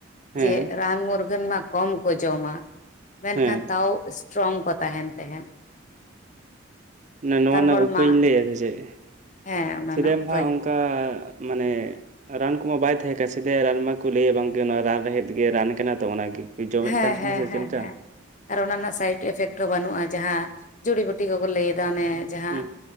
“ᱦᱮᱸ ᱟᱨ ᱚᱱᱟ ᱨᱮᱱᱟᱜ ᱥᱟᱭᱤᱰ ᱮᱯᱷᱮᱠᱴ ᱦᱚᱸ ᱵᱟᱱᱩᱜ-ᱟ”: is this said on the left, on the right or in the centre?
Left